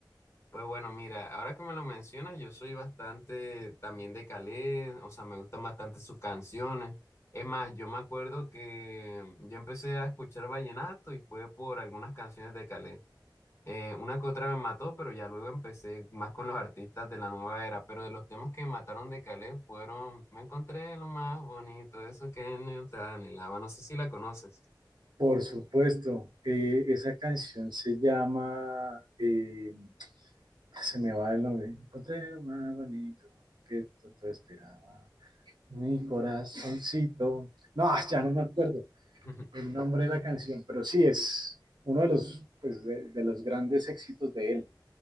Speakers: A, on the left; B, on the right.
A: Pues bueno, mira, ahora que me lo mencionas, yo soy bastante también de Calé, o sea, me gustan bastante sus canciones. Es más, yo me acuerdo que yo empecé a escuchar vallenato y fue por algunas canciones de Calé. Eh, una que otra me mató, pero ya luego empecé más con los artistas de la nueva era. Pero de los temas que me mataron de Calé fueron, me encontré lo más bonito, eso que no te anhelaba. No sé si la conoces.
B: Por supuesto, eh, esa canción se llama, eh, se me va el nombre, encontré lo más bonito que tanto esperaba, mi corazoncito, no, ah, ya no me acuerdo
A: <laughs>
B: el nombre de la canción, pero sí es uno de los, pues, de, de los grandes éxitos de él.